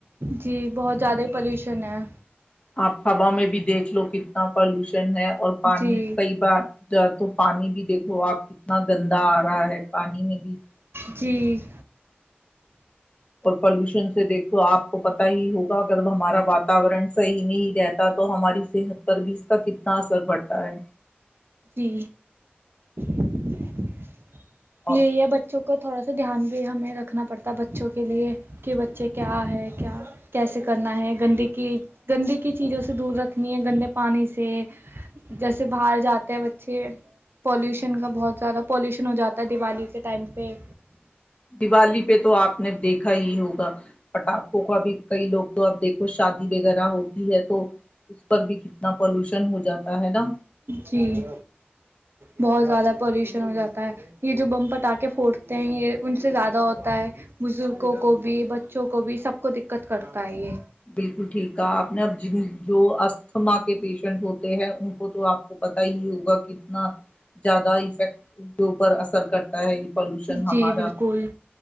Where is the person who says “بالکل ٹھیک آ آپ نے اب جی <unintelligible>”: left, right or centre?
Left